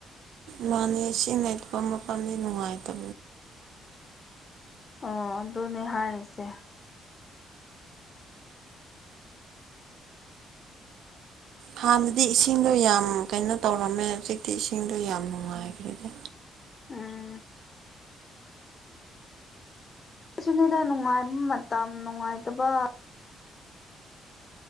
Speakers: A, on the right (about 80°); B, on the left (about 35°).
A: ꯃꯥꯟꯅꯤ ꯁꯤꯅ° ꯃꯐꯝ ꯃꯐꯝꯒꯤ ꯅꯨꯡꯉꯥꯏꯕꯥ
B: ꯑꯣ ꯑꯗꯨꯅꯦ ꯍꯥꯏꯔꯤꯁꯦ
A: ꯍꯥꯟꯅꯗꯤ ꯏꯁꯤꯡꯗꯣ ꯌꯥꯝ ꯀꯩꯅꯣ ꯇꯧꯔꯝꯃꯦ ꯍꯧꯖꯤꯛꯇꯤ ꯏꯁꯤꯡꯗꯣ ꯌꯥꯝ ꯅꯨꯡꯉꯥꯏꯈ꯭ꯔꯦꯗ
B: ꯎꯝ ꯑꯥꯁꯤꯅꯗꯥ ꯅꯨꯡꯉꯥꯏꯕ ꯃꯇꯝ ꯅꯨꯡꯉꯥꯏꯇꯕ